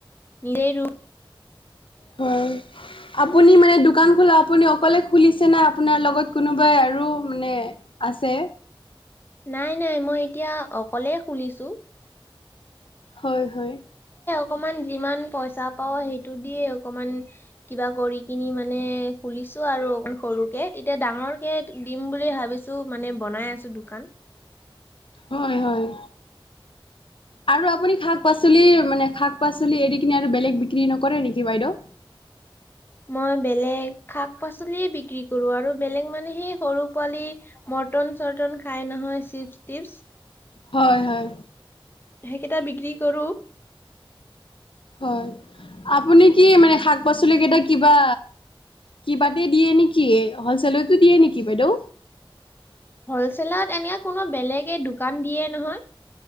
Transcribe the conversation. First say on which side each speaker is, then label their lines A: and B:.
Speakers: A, on the left (about 25°); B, on the left (about 70°).
A: নেইৰো।
B: হয়। আপুনি মানে দোকান খোলা আপুনি অকলে খুলিছে না আপোনাৰ লগত কোনোবাই আৰু মানে আছে?
A: নাই নাই মই এতিয়া অকলেই খুলিছোঁ।
B: হয় হয়।
A: অকণমান যিমান পইচা পাও সেইটো দি অকমান কিবা কৰি কিনি মানে খুলি ছো আৰু অকণ সৰুকে, এতিয়া ডাঙৰ কে দিম বুলি ভাবিছোঁ মানে বনাই আছো দোকান।
B: হয় হয়। আৰু আপুনি শাক পাচলি মানে শাক পাচলি এৰি কিনে আৰু বেলেগ বিক্ৰী নকৰে নেকি বাইদেউ?
A: মই বেলেগ শাক পাচলিয়ে বিক্ৰী কৰো আৰু বেলেগ মানে সেই সৰু পোৱালি মৰ্টন চৰ্টন খাই নহয় চিপছ টিপছ
B: হয় হয়।
A: সেইকেইটা বিক্ৰী কৰোঁ।
B: হয়। আপুনি কি মানে শাক পাচলি কেইটা কিবা কিবাতে দিয়ে নেকি, হলচেলতো দিয়ে নেকি বাইদেউ?
A: হলছেলত এনে কোনো বেলেগে দোকান দিয়ে নহয়